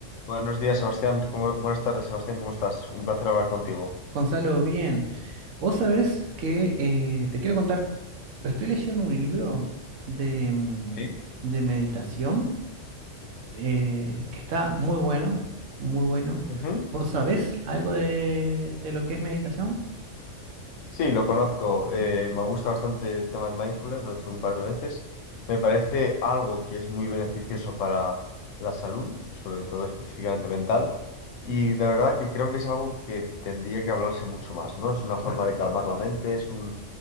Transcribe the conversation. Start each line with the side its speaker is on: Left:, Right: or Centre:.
Left: Buenos días, Sebastián. ¿Cómo- Buenas tardes, Sebastián. ¿Cómo estás? Un placer hablar contigo.
Right: Gonzalo, bien. Vos sabés que eh, te quiero contar, estoy leyendo un libro de, mm,
Left: Sí,
Right: de meditación eh, que está muy bueno, muy bueno.
Left: Ujú.
Right: ¿Vos sabés algo de, de lo que es meditación?
Left: Sí, lo conozco. Eh, me gusta bastante el tema del mindfulness, lo he hecho un par de veces. Me parece algo que es muy beneficioso para la salud, sobre todo específicamente mental. Y de verdad que creo que es algo que tendría que hablarse mucho más, ¿no? Es una forma de calmar la mente, es un,